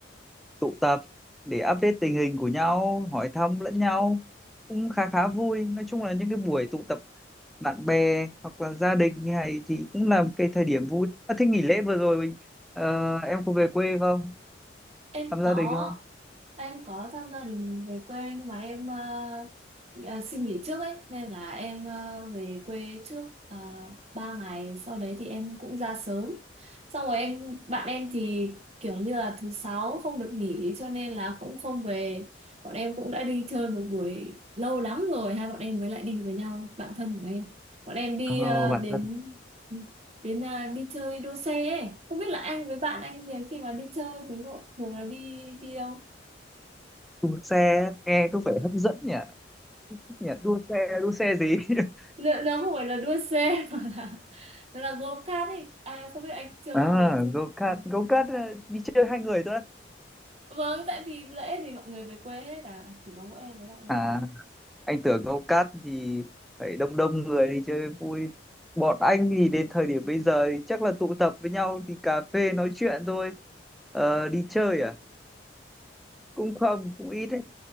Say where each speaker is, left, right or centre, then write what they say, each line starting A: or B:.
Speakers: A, in the centre; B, on the right.
A: tụ tập để update tình hình của nhau, hỏi thăm lẫn nhau cũng khá khá vui. Nói chung là những cái buổi tụ tập bạn bè hoặc là gia đình như này thì cũng là một cái thời điểm vui. À, thế nghỉ lễ vừa rồi ờ, em có về quê không?
B: em
A: Thăm
B: có
A: gia đình không?
B: em có thăm gia đình về quê nhưng mà em ờ, ờ, xin nghỉ trước ấy nên là em ờ, về quê trước uh, 3 ngày sau đấy thì em cũng ra sớm xong rồi em bạn em thì kiểu như là thứ sáu không được nghỉ cho nên là cũng không về bọn em cũng đã đi chơi một buổi lâu lắm rồi hai bọn em mới lại đi với nhau bạn thân của em bọn em đi
A: Ờ,
B: ờ,
A: bạn
B: đến
A: thân
B: đến là đi chơi đua xe ấy. không biết là anh với bạn anh thì khi mà đi chơi thì họ thường là đi đi đâu
A: đua xe nghe có vẻ hấp dẫn nhỉ? nhỉ? Đua xe, đua xe gì? <laughs>
B: lựa nó không phải là đua xe <laughs> mà là nó là go kart ấy à không biết anh chơi
A: À,
B: rồi chứ
A: go kart,
B: ừ.
A: go kart ờ, đi chơi hai người thôi.
B: vâng tại vì lễ thì mọi người về quê hết à chỉ có mỗi em với bạn em
A: À anh tưởng câu cát thì phải đông đông người đi chơi vui bọn anh thì đến thời điểm bây giờ thì chắc là tụ tập với nhau thì cà phê nói chuyện thôi ờ, đi chơi à cũng không cũng ít đấy